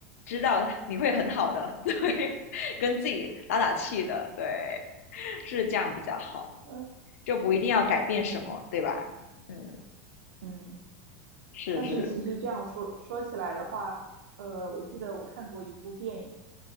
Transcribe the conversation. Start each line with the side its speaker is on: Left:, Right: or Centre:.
Left: 知道你会很好的，<laughs> 对，跟自己打打气的，对，是这样比较好，
Right: 对，
Left: 就不一定要改变什么，
Right: 嗯
Left: 对吧？嗯，
Right: 嗯。
Left: 是是。
Right: 但是其实这样说说起来的话，呃，我记得我看过一部电影，